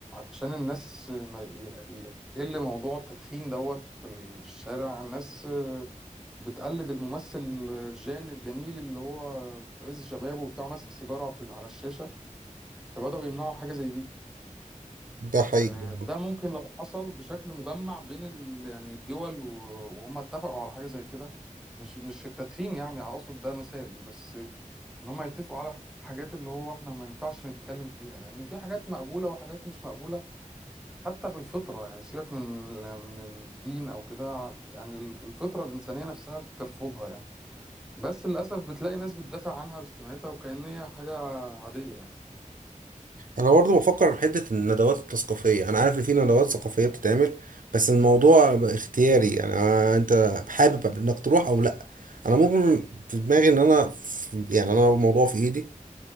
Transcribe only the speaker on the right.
ده حقيقي
انا برضو بفكر في حته الندوات الثقافيه انا عارف ان في ندوات ثقافيه بتتعمل بس الموضوع اختياري انا انت حابب انك تروح او لا انا ممكن في دماغي ان انا في... يعني انا الموضوع في ايدي